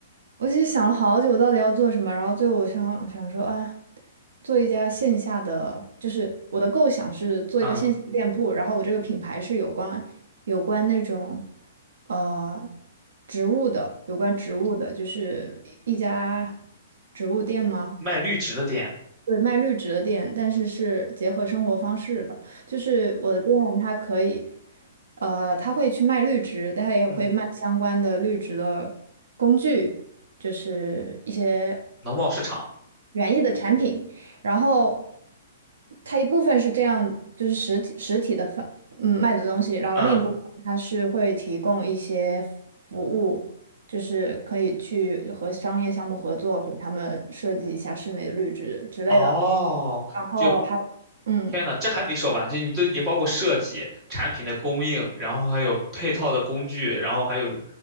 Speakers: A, on the right (about 80°); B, on the right (about 20°).
A: 我其实想了好久，到底要做什么。然后最后我想想说，啊，做一家线下的，就是我的构想是做一个线下的店铺。
B: 嗯，
A: 然后我这个品牌是有关有关那种呃植物的，有关植物的，就是一一家植物店吗？
B: 卖绿植的店，
A: 对，卖绿植的店，但是是结合生活方式的。就是我的店，它可以，呃，它会去卖绿植，但它也会卖相关的绿植的工具，
B: 嗯，
A: 就是一些
B: 农贸市场，
A: 园艺的产品。然后，它一部分是这样，就是实体实体的贩，嗯，卖的东西，然后另一部分它是会提供一些服务，
B: 嗯，
A: 就是可以去和商业项目合作，给他们设计一下室内的绿植之类的。
B: 哦，
A: 然后还，
B: 就
A: 嗯，
B: 天呐，这还没说完，就你都也包括设计、产品的供应，然后还有配套的工具，然后还有